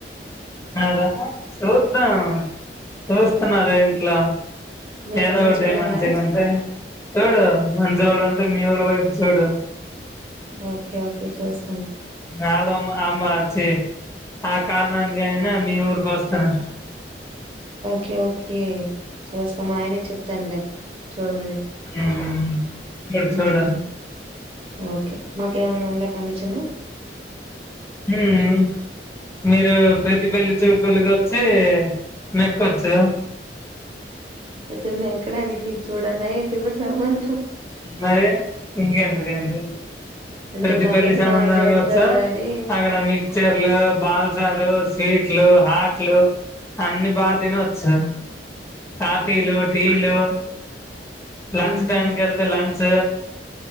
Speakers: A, on the left; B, on the right.
A: అదా చూద్దాం చూస్తున్నారా ఇంట్ల
B: నేనేమన్నా
A: ఏదో ఒకటి
B: చూడాలా?
A: మంచిగా ఉంటే చూడు మంచోళ్ళు ఉంటే మీఊరు వైపు చూడు
B: ఓకే ఓకే చూసు
A: కాలో ఆమాచ్చే ఆ కానన్ జైన్ నా మీ ఊరు కాస్తానా
B: ఓకే ఓకే చూస్తాము మా ఆయనకి చెప్తానులే చూడమని.
A: చూడు నేను
B: హ్మ్.
A: చూడ
B: ఓకే మాకేమన్నా ఉందా కమిషను
A: హ్మ్ మీరు ప్రతి పెళ్లి చూపులకు వచ్చి మెక్కొచ్చు
B: అయితే మెక్కడానికి నీకు చూడాలా ఏంటి ఇప్పుడు సంబంధం?
A: మరి ఇంకెందుకేంది
B: అంటే
A: ప్రతి
B: కమిషన్
A: పెళ్లి సంబంధానికి
B: ఏమన్నా దొరుకుతదా
A: వచ్చా
B: అని?
A: అక్కడ మీకు చర్లు బాల్సాలు స్వీట్లు హాట్లు అన్ని బాగ తినొచ్చు కాఫీ
B: హ్మ్.
A: లు టీ లో లంచ్
B: హుహు.
A: టైం గాలుక లంచ్